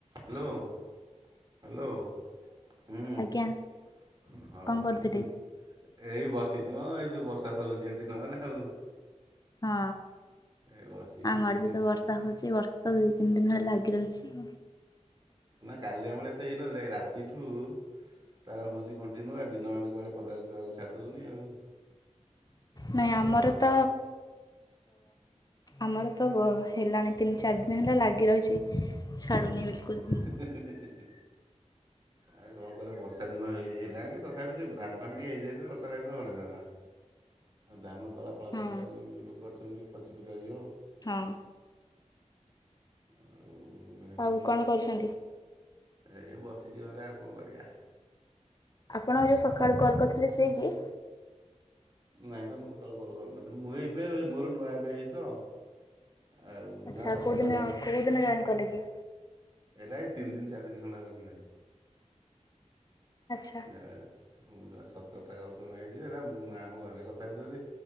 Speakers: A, on the right; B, on the left.
A: Hello. Hello ହଁ ଆଉ
B: ଆଜ୍ଞା
A: ହଁ
B: କଣ କରୁଥିଲେ?
A: ହଁ। ଏଇ ବସିଛି ଏଇ ଯୋଉ ବର୍ଷା ତ ହଉଛି ଏ ଦିନ ମାନ ଆଉ।
B: ହଁ
A: ଏଇ ବସିକି
B: ଆମଡ
A: ମାନେ
B: ବି ତ ବର୍ଷା ବର୍ଷା ହେଉଛି ବର୍ଷା ତ ଦୁଇ ତିନି ଦିନ ହେଲା ଲାଗି ରହିଛି।
A: କାଲି ଆମର ଏତେ ହେଇନଥିଲା ରାତିଠୁ ତାର ହଉଛି କଣ୍ଟିନ୍ୟୁ ଆଉ ଦିନମାନ କୁଆଡେ ପଦାକୁ ଯାହାକୁ ଛାଡ଼ିଦେଉନି ଆଉ
B: ନାଇଁ
A: ପ୍ରବଳ
B: ଆମର
A: ବର୍ଷା
B: ତ
A: ହଉଛି।
B: ଆମର ତ ହେଲାଣି ତିନି ଚାରି ଦିନ ହେଲା ଲାଗି ରହିଛି। ଛାଡ଼ୁନି ବିଲକୁଲ ବି।
A: ହସ। ଆଉ କଣ କଲେ ବର୍ଷା ଦିନ ହେଇ ହେଲାଣି ତଥାପି ସେ ଧାନ ଫାନ ଟିକେ ହେଇଯାଇଥା ବର୍ଷା ହେ ଦିନ ଭଲ ହୋଇଥାନ୍ତା। ଧାନ ତଳା ଫଳା
B: ହଁ
A: ପକେଇବାକୁ ଲୋକ କରିଛନ୍ତି ପଚିପୁଚାଯିବ।
B: ହଁ।
A: ଆଉ ହେଇନି
B: ଆଉ କଣ
A: ସେଥିପାଇଁ
B: କରୁଛନ୍ତି?
A: ଏଇ ବସିଛି ଘରେ ଆଉ କଣ କରିବା।
B: ଆପଣ ଯେଉଁ ସକାଳୁ କଲ୍ କରିଥିଲେ ସିଏ କି।
A: ନହିଁ ତ ମୁଁ ସକାଳୁ କଲ୍ କରିନଥିଲି ମୁଁ ଏବେ ମୋର ନୂଆ ଏବେ ହେଇଛି ତ। ଆଉ
B: ଆଛା
A: ଜମା ସତରଟା
B: କଉଦିନ
A: କଲ୍
B: ଜଏନ୍ କଲେ କି?
A: ଏରା ଏଇତିନି ଦିନ ଚାରି ଦିନ ଖଣ୍ଡ ହେବ ସାଙ୍ଗାଇ।
B: ଆଛା।
A: ମୁଁ ଜଣେ ସତରଟା କଲେସନ ହେଇଛି ହେଇରା ମୁଁ ଆମ ଘରେ କଥା ହୁଏଯେ।